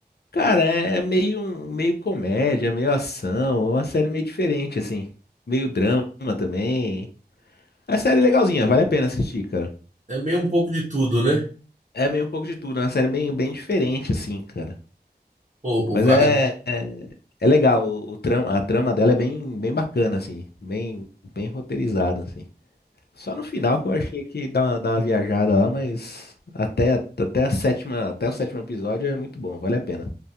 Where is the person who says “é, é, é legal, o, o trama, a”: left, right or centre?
Left